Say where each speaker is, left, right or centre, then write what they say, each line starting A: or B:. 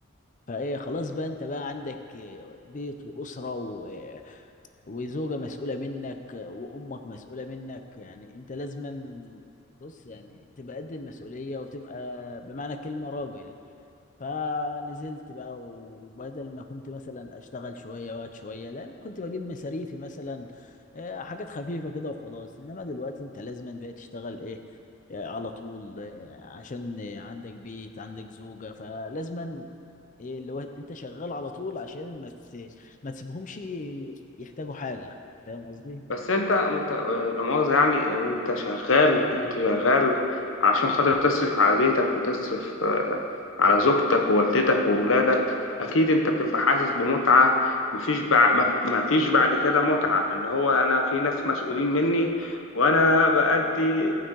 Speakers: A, on the left (about 40°); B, on the left (about 80°).
A: فايه خلاص بقى انت بقى عندك بيت واسرة و... وزوجة مسؤولة منك وامك مسؤولة منك يعني انت لازما بص يعني تبقى قد المسؤولية وتبقى بمعنى الكلمة راجل فنزلت بقى وبدل ما كنت مثلا اشتغل شويه وقت شويه لان كنت بجيب مصاريفي مثلا آه، حاجات خفيفه كده وخلاص انما دلوقتي انت لازم بقى تشتغل ايه آه، على طول آه، عشان آه، عندك بيت عندك زوجه فلازم ايه اللي هو انت شغال على طول عشان ما تس- ما تسيبهمش يحتاجوا حاجه فاهم قصدي؟
B: بس انت وانت آه، لا مؤاخذة يعني آه، وانت شغال انت شغال عشان خاطر تصرف على بيتك وتصرف آه، على زوجتك ووالدتك وولادك اكيد انت بتبقى حاسس بمتعة مفيش بعد مفيش بعد كده متعة اللي هو انا في ناس مسؤولين مني وانا بأدي